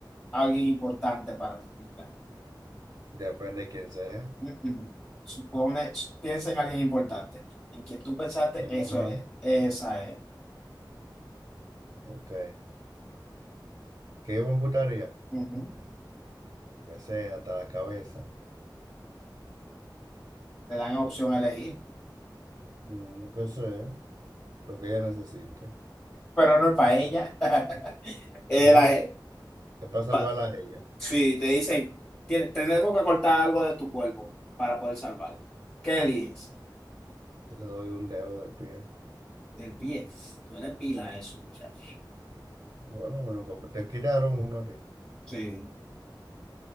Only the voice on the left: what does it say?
Alguien importante para tu vida.
Mm, mm. Supone, piensa en alguien importante. En quien tú pensaste,
eso
es, esa es.
Ujú.
Te dan opción a elegir.
pero no es para ella. <laughs> Eh,
la
pa-
sí, te dicen, "Tien- tenemos que cortar algo de tu cuerpo para poder salvarla. ¿Qué eliges?
El pie. Duele pila eso, muchacho.
Sí,